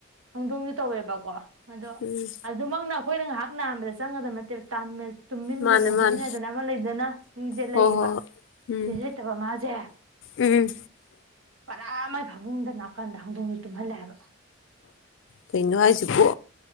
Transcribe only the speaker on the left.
ꯎꯝ
ꯃꯥꯅꯦ
ꯃꯥꯅꯦ
ꯍꯣꯏ ꯍꯣꯏ ꯍꯣꯏ ꯎꯝ
ꯎꯝ
ꯀꯩꯅꯣ ꯍꯥꯏꯁꯤꯕꯣ